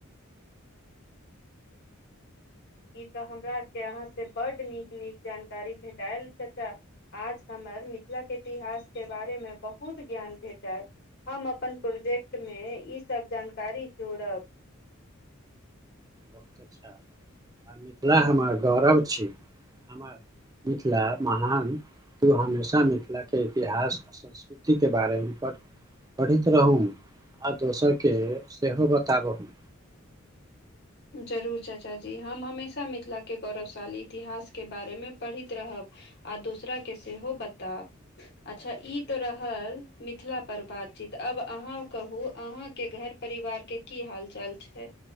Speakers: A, on the left; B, on the right.
A: ई तऽ हमरा आर के अहा से बड नीक-नीक जानकारी भेटाएल चच्चा आज हमर मिथिलाके इतिहासके बारेमे बहुत ज्ञान भेटेल हम अपन प्रोजेक्ट मे ई सब जानकारी जोड़ब
B: बहुत अच्छा आ मिथिला हमर गौरव छै। मिथिला महान तू हमेशा मिथिला के इतिहास में स संकृति के बारेमे पढ़ैत रहू आ दोसरके सेहो बताबहू
A: जरूर चाचा जी हम हमेशा मिथिलाके गौरवशाली इतिहासके बारेमे पढ़ैत रहब आ दोसरा के सेहो बताब अच्छा ई तऽ रहल मिथिलापर बातचीत आब अहाँ कहू अहाँके घर परिवार के की हाल चाल छै